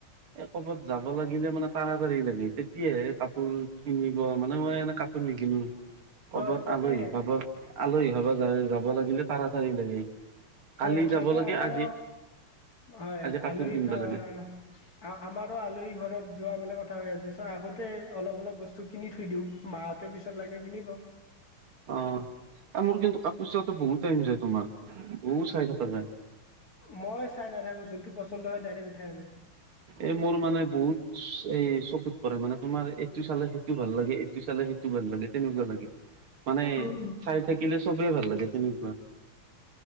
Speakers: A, on the right; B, on the left.
A: এ ক'বাত যাব লাগিলে মানে তাৰাতাৰি লাগে। তেতিয়াহে কাপোৰ কিনিব মানে মই এনে কাপ পোৰ নেকিনো।
B: <unintelligible>
A: কবাত
B: তাকে
A: আলহী খাব আলহী খাব যাব লাগিলে তাৰাতাৰি লাগে। কালি
B: হয়
A: যাব
B: তাকে
A: লাগে
B: আমাৰ
A: আজি
B: হয়
A: আজি কাপোৰ
B: আলহী
A: কিনিব
B: খাৰ
A: লাগে
B: আমাৰো আলহী ঘৰত যোৱা মানে কথা হৈ আছে, চ' আগতে অলপ অলপ বস্তু কিনি থৈ দিওঁ। মাহঁতে পিছত লাগে কিনিব।
A: অ' মোৰ কিন্তু কাপোৰ চোৱাত বহুত টাইম যায়, তোমাৰ বহুত চাই থকা যায়।
B: মই চাই নাথাকো যোনটো পচন্দ হয় ডাইৰেক্ট উঠাই আনো।
A: এ মোৰ মানে বহুত এ চকুত পৰে, মানে তোমাৰ এইটো চালে সেইটো ভাল লাগে এইটো চালে সেইটো ভালাগে তেনেকুৱা লাগে। মানে
B: উম
A: চাই থাকিলে চবেই ভাল লাগে তেনেকুৱা।